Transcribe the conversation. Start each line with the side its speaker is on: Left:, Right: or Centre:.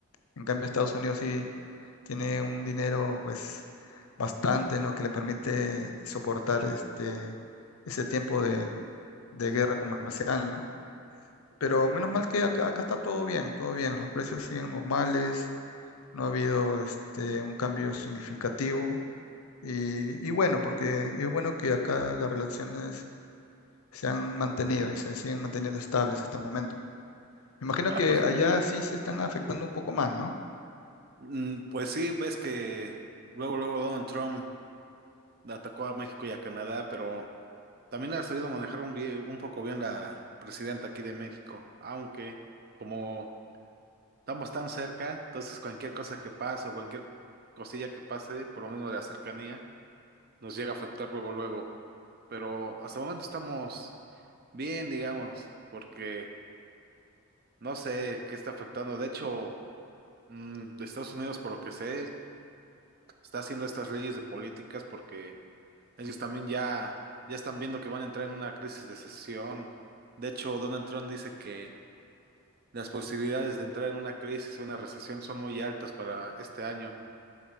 Left: En cambio, Estados Unidos sí tiene un dinero pues bastante, ¿no? Que le permite soportar este, ese tiempo de, de guerra comercial, ¿no? Pero menos mal que acá, acá está todo bien, todo bien, los precios siguen normales, no ha habido este, un cambio significativo y, y bueno, porque es bueno que acá las relaciones se han mantenido y se siguen manteniendo estables hasta el momento. Me imagino
Right: Ah,
Left: que
Right: pues,
Left: allá sí se están afectando un poco más, ¿no?
Right: mm, pues sí, ves que luego, luego Donald Trump atacó a México y a Canadá, pero también ha sabido manejar un, bien- un poco bien la presidenta aquí de México, aunque como Estamos tan cerca, entonces cualquier cosa que pase o cualquier cosilla que pase, por lo menos de la cercanía, nos llega a afectar luego, luego. Pero hasta el momento estamos bien, digamos, porque no sé qué está afectando. De hecho, mm, de Estados Unidos, por lo que sé, está haciendo estas leyes de políticas porque ellos también ya, ya están viendo que van a entrar en una crisis de recesión. De hecho, Donald Trump dice que las posibilidades de entrar en una crisis o una recesión son muy altas para este año.